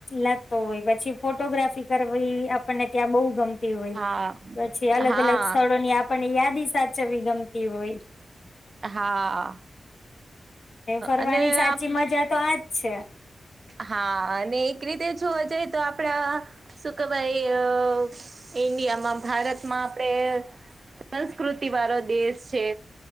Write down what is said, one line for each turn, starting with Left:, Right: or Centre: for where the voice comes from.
Left: લાગતો હોય પછી ફોટોગ્રાફી કરવી આપણને ત્યાં બહુ ગમતી હોય,
Right: હા
Left: પછી અલગ
Right: હા
Left: અલગ સ્થળો ની આપણને યાદી સાચવવી ગમતી હોય.
Right: હા.
Left: એ ફરવાની
Right: અને
Left: સાચી
Right: આપ
Left: મજા તો આજ છે.
Right: હા અને એક રીતે જોવા જઈએ તો આપડા, શું કેવાય. ઈન્ડિયામાં ભારતમાં આપડે સંસ્કૃતિ વાળો દેશ છે.